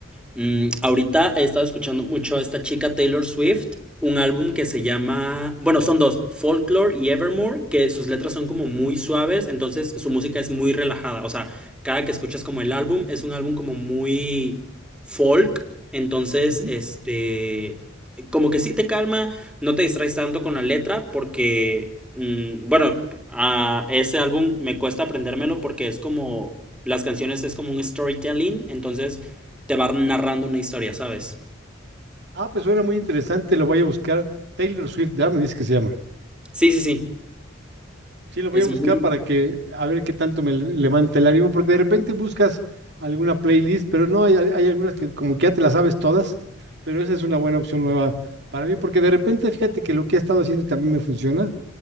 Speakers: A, in the centre; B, on the right (about 60°).
A: Mm, ahorita he estado escuchando mucho a esta chica Taylor Swift, un álbum que se llama, bueno, son dos, Folklore y Evermore, que sus letras son como muy suaves, entonces su música es muy relajada, o sea, cada que escuchas como el álbum es un álbum como muy folk, entonces,
B: Ujú.
A: este, como que sí te calma, no te distraes tanto con la letra porque, mm, bueno, a ese álbum me cuesta aprendérmelo porque es como, las canciones es como un storytelling, entonces te va narrando una historia, ¿sabes?
B: Ah, pues suena muy interesante, lo voy a buscar. Taylor Swift, ya me dice que se llama.
A: Sí, sí, sí.
B: Sí, lo voy
A: Es
B: a buscar
A: muy...
B: para
A: bueno.
B: que, a ver qué tanto me le- levanta el ánimo, porque de repente buscas alguna playlist, pero no, hay, hay algunas que como que ya te las sabes todas, pero esa es una buena opción nueva para mí, porque de repente fíjate que lo que he estado haciendo también me funciona,